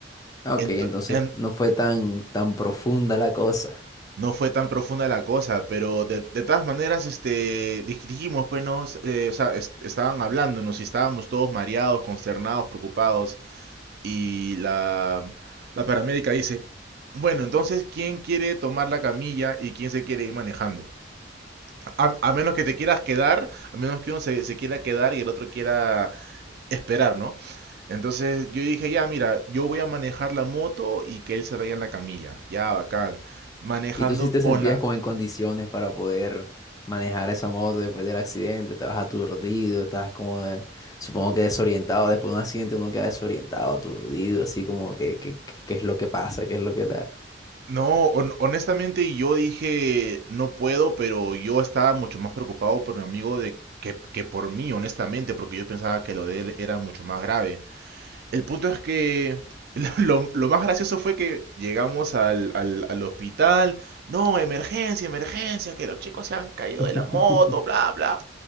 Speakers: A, on the left; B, on the right.
A: Ah,
B: Ento-
A: Ok, entonces
B: en-
A: no fue tan, tan profunda la cosa.
B: no fue tan profunda la cosa, pero de, de todas maneras, este, dij- dijimos, pues, no, s- eh, o sea, es- estaban hablándonos y estábamos todos mareados, consternados, preocupados. Y la, la paramédica dice, bueno, entonces, ¿quién quiere tomar la camilla y quién se quiere ir manejando? A, a menos que te quieras quedar, a menos que uno se, se quiera quedar y el otro quiera esperar, ¿no? Entonces yo dije, ya, mira, yo voy a manejar la moto y que él se vaya en la camilla. Ya, bacán. Manejando
A: ¿Y tú sí te
B: con
A: sentías
B: la...
A: como en condiciones para poder manejar esa moto después del accidente? ¿Estabas aturdido? ¿Estabas como, eh, supongo que desorientado? Después de un accidente uno queda desorientado, aturdido, así como que, que- que- ¿qué es lo que pasa? ¿Qué es lo que tal?
B: No, hon- honestamente yo dije, no puedo, pero yo estaba mucho más preocupado por mi amigo de que, que por mí, honestamente, porque yo pensaba que lo de él era mucho más grave. el punto es que <laughs> lo, lo lo más gracioso fue que llegamos al, al, al hospital. No, emergencia, emergencia, que los chicos se han caído de la
A: <laughs>
B: moto, bla, bla.